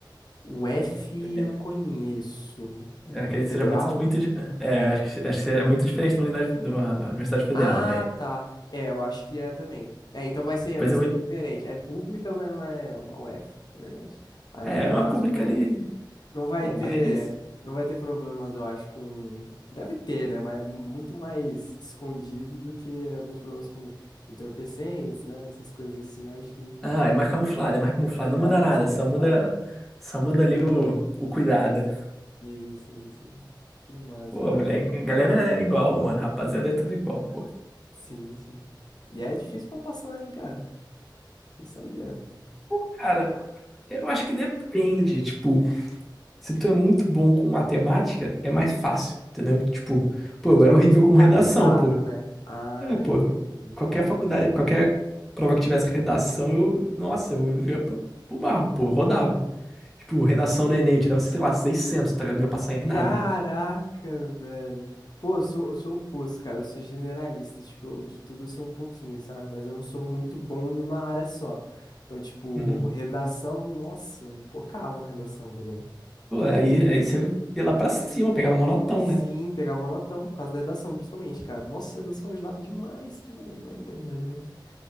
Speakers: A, on the left; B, in the centre.
A: o F
B: É,
A: eu não conheço. É
B: Eu acredito que
A: federal?
B: seja muito, di- muito, di- é, acho que, acho que é muito diferente da unidade, de uma Universidade Federal,
A: Ah,
B: velho.
A: tá. É, eu acho que é também. É, então vai ser,
B: Pois
A: vai ser
B: eu vou,
A: diferente. É pública, mas não é uma UF, na verdade. A
B: é,
A: minha,
B: é
A: no
B: uma
A: caso,
B: pública
A: foi U
B: ali.
A: F Não vai
B: Pô,
A: ter,
B: maneiríssimo.
A: não vai ter problemas, eu acho, com. Deve ter, né? Mas muito mais escondido do que alguns problemas com entorpecentes, né? Essas coisas assim, eu acho que
B: Ah, é mais camuflado, é mais camuflado.
A: É,
B: Não muda
A: a mais
B: nada,
A: camuflada.
B: só muda, só muda ali o, o cuidado.
A: Sim, sim, sim. Que massa,
B: Pô,
A: cara.
B: moleque, a galera é igual, mano. Rapaziada, é tudo igual, pô.
A: Sim, sim. E é difícil pra passar, hein, cara. Fiquei sabendo.
B: Pô, cara, eu acho que depende, tipo. Se tu é muito bom com matemática, é mais fácil, entendeu? Tipo, pô,
A: Se
B: eu
A: tu
B: era
A: é muito
B: horrível
A: focalizado,
B: com redação, pô.
A: né? Ah,
B: É, pô,
A: entendi.
B: qualquer faculdade, qualquer prova que tivesse redação, eu, nossa, eu ia pro pro barro, pô, rodava. Tipo, redação no Enem, eu tirava, sei lá, seiscentos tá ligado? Não ia passar em nada.
A: Caraca, velho. Pô, eu sou, eu sou o oposto, cara. Eu sou generalista. Tipo, eu- de tudo eu sei um pouquinho, sabe? Mas eu não sou muito bom em uma área só. Então, tipo,
B: Uhum.
A: redação, nossa, eu pocava na redação do Enem.
B: Pô, aí, aí você ia lá pra cima, pegava monotão,
A: Sim,
B: né?
A: pegava um notão por causa da redação, principalmente, cara. Nossa, a redação ajudava demais, demais, demais, demais, demais, demais.